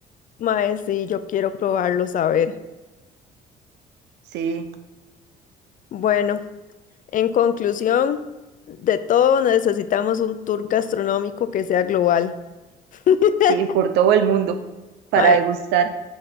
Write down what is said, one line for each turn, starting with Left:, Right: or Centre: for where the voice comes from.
Left: Mae, sí, yo quiero probarlos, a ver.
Right: Sí.
Left: Bueno. En conclusión, de todo necesitamos un tour gastronómico que sea global. <laughs>
Right: sí, por todo el mundo para
Left: Mae,
Right: degustar.